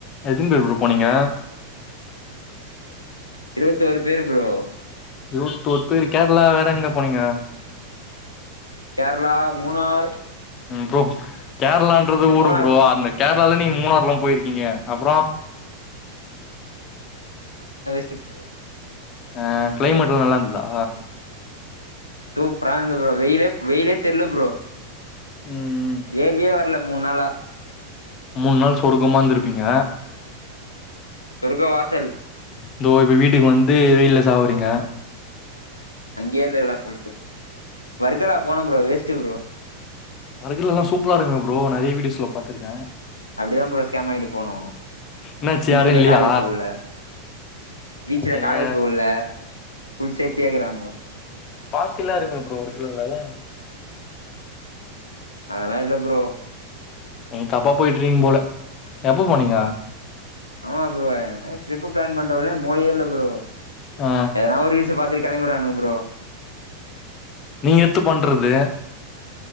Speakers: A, on the left; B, on the left.
A: எத்தன பேர் ப்ரோ போனீங்க
B: இருபத்தூர் பேர் ப்ரோ
A: இருவத்தோர் பேர் கேரளா வேற எங்க போனீங்க
B: கேரளா மூணார்
A: ப்ரோ கேரளா ன்றது ஊரு
B: மூணார்
A: ப்ரோ அந்த கே ரளாள மூணாறு எல்லாம் போயிருக்கீங்க அப்புறோ
B: ஷிப் ப்ரோ
A: அ கிளைமேட் எல்லா நல்லா இந்துதா
B: டூ பிராந்து ப்ரோ வெய்யிலே வெய்யிலே தெர்ல ப்ரோ
A: ம்
B: வேர்வயே வர்ல மூண் நாளா
A: மூண் நாள் சொர்க்கமா இருந்திருப்பீங்க
B: சொர்க வாசல்
A: இந்தோ இப்ப வீட்டுக்கு வந்து வெய்யில சாவுறீங்க
B: அங்கேயே இருந்திருக்கலாம் போல தோணுச்சு வர்கலா போனோம் ப்ரோ வேஸ்ட்டு ப்ரோ
A: வர்கள்ல எல்லாம் சூப்பரா இருக்குமே ப்ரோ நெறயா வீடியோஸ்ல பாத்திருக்க
B: அப்படிதான் ப்ரோ ஸ்கேம் வாங்கிட்டு போனோ
A: என்னாச்சு
B: பீச்சலயே
A: யாரு இல்லையா
B: கால் வெக்க வுடுல பீச்சல
A: நீங்க
B: கால வெக்க வுடுல ஃபுல் சேப்டியா இருக்குறாங்கோ
A: பார்க்கெல்லா இருக்குமே ப்ரோ ஒரு பில்லர்ல
B: அதெல்லா இல்ல ப்ரோ
A: நீ தப்பா போய்ட்டுறீங்க போல எப்ப போனீங்க
B: ஆமா ப்ரோ டரிப் பளான் பண்றபோதே மூளயே இல்ல ப்ரோ
A: ஆ
B: எதனா ஒரு ரீல்ஸ் பாத்து கெளம்பிறானுங்க ப்ரோ
A: நீங்க எத்து பண்றது